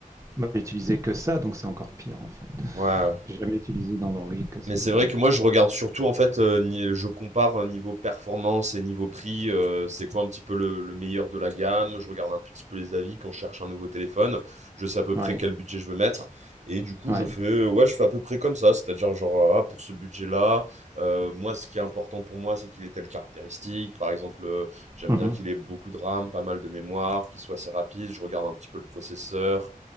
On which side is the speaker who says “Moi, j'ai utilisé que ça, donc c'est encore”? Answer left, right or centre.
Right